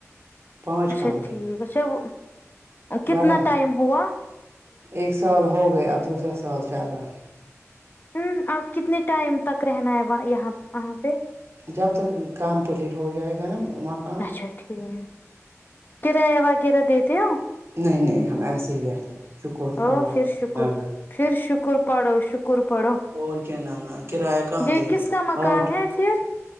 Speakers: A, on the right; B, on the left.
A: پانچ
B: اچھا
A: کمرے
B: ٹھیک اچھا وہ کتنا
A: بڑا ہے
B: ٹائم ہوا
A: ایک سال ہو گیا اب دوسرا سال چل رہا ہے
B: ہوں آپ کتنے ٹائم تک رہنا ہے یہاں وہاں پہ
A: جب تک کامپلیٹ ہو جائے گا نا وہاں
B: اچھا ٹھیک کرایہ وغیرہ دیتے ہو
A: نہیں نہیں ہم ایسے ہی رہتے ہیں شکر
B: او
A: اللہ
B: پھر شکر
A: لانہ
B: پھر شکر پڑھو شکر پڑھو
A: اور کیا نا نا کرایہ کہاں
B: یہ
A: دیتے
B: کس کا مکان
A: آٹھ
B: ہے پھر